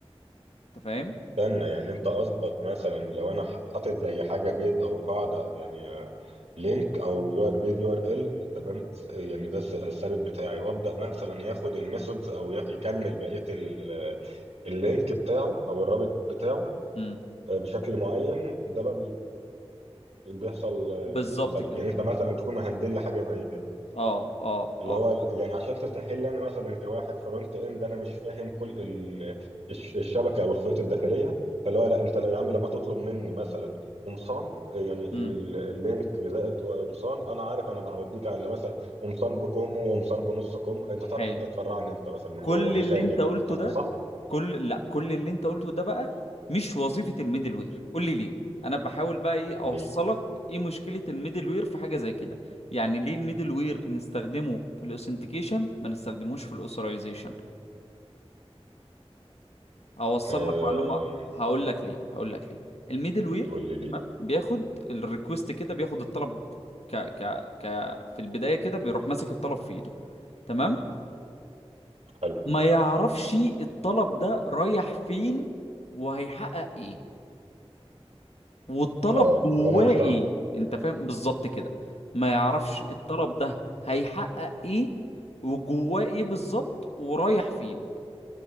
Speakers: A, on the left; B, on the right.
A: انت فاهم
B: استنى يعني انت قصدك مثلا لو انا ح- حاطط زي حاجه بيز او قاعده يعني آه، لينك او يو- بيز يو ار ال تمام س- يعني ده الس- الثابت بتاعي وابدا مثلا ياخد الميثودز او ي- يكمل بقيه ال- اللينك بتاعه او الرابط بتاعه
A: امم
B: آه، بشكل معين ده بقى بي- بيحصل آه،
A: بالظبط
B: في البتاع
A: كده
B: ده. يعني انت مثلا تكون مهندل لي حاجه زي كده
A: اه اه
B: اللي
A: اه
B: هو ال- يعني عشان تسهل لي انا مثلا كواحد فرونت اند انا مش فاهم كل ال- الش- الشبكه او الخيوط الداخليه فاللي هو لا انت لا يا عم لما تطلب مني مثلا قمصان يعني
A: امم
B: ال- اللينك زائد قمصان انا عارف انا هوديك على مثلا قمصان بكم وقمصان بنص كم انت
A: حلو
B: تعرف انت تفرعني انت مثلا من
A: كل
B: جوه مثال
A: اللي انت
B: يعني
A: قلته
B: هل
A: ده
B: ده صح؟
A: كل لا كل اللي انت قلته ده بقى مش وظيفة الميدل وير قول لي ليه انا بحاول بقى ايه اوصلك
B: ليه؟
A: ايه مشكلة الميدل وير في حاجة زي كده يعني ليه الميدل وير نستخدمه في الاوثنتيكيشن ما نستخدموش في الاوثرايزيشن اوصل
B: آه...
A: لك معلومة هقول لك ليه هقول لك ليه الميدل وير
B: قول لي ليه؟
A: بياخد الريكوست كده بياخد الطلب ك ك ك في البداية كده بيروح ماسك الطلب في ايده تمام
B: حلو
A: ما يعرفش الطلب ده رايح فين وهيحقق ايه والطلب
B: اه
A: جواه
B: هو ملوش
A: ايه
B: دعوه
A: انت فاهم بالظبط كده ما يعرفش الطلب ده هيحقق ايه وجواه ايه بالظبط ورايح فين